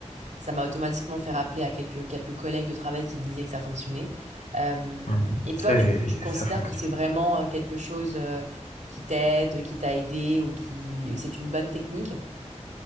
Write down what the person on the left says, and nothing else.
Mhm.
C'est,
ça fonctionne.